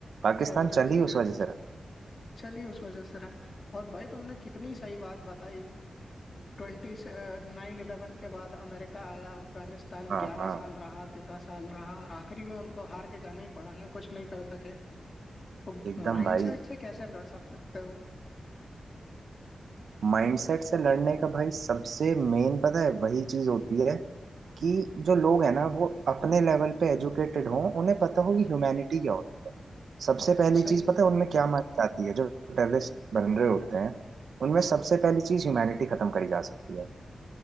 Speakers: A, on the right; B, on the left.
A: पाकिस्तान
B: टेररिज्म
A: चल ही
B: की
A: उस
B: वजह
A: वजह
B: से
A: से रहा है
B: चलिए उस वजह से रहा और भाई तुमने कितनी सही बात बताई ट्वेंटी नाइन इलेवन के बाद अमेरिका आया अफगानिस्तान
A: हाँ
B: ग्यारह
A: हाँ
B: साल रहा तेरह साल रहा और आखिरी में उनको हार के जाना ही पड़ा ना कुछ नहीं कर सके तो
A: एकदम
B: माइंडसेट
A: भाई
B: से कैसे लड़ सक सकते हो
A: माइंडसेट से लड़ने का भाई सबसे मेन पता है वही चीज होती है कि जो लोग हैं ना वो अपने लेवल पे एजुकेटेड हों उन्हें पता हो कि ह्यूमैनिटी क्या होती है सबसे पहली
B: सही
A: चीज
B: बात
A: पता है उनमें क्या मानी जाती है जो टेररिस्ट बन रहे होते हैं उनमें सबसे पहली चीज ह्यूमैनिटी खत्म करी जा सकती है